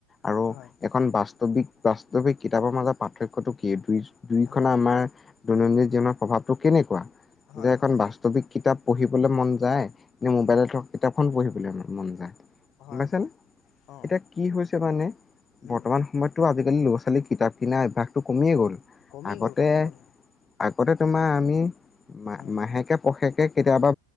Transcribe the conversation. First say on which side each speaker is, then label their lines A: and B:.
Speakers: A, on the left; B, on the left.
A: আৰু
B: হয়
A: এখন বাস্তৱিক বাস্তৱিক কিতাপৰ মাজত পাৰ্থক্যতটো কি বুই দুয়োখন
B: হয়
A: আমাৰ দৈনন্দিন জীৱনৰ প্ৰভাৱটো কেনেকুৱা?
B: হয়
A: যে
B: হয়
A: এখন বাস্তৱিক কিতাপ পঢ়িবলৈ মন যায়। নে মোবাইলত
B: হয়
A: থকা কিতাপখন পঢ়িবলৈ মন যায়। গম
B: হয়
A: পাইছানে?
B: হয় অ
A: এতিয়া কি হৈছে মানে,
B: উম
A: বৰ্তমান সময়তটো আ আজিকালি ল'ৰা-ছোৱালীৰ কিতাপ কিনাৰ অভ্যাসটো কমিয়েই গ'ল।
B: কমি
A: আগতে
B: গ'ল কমি গ'ল
A: আগতে তোমাৰ আমি
B: উম
A: মাহেকে-পষেকে কেতিয়াবা,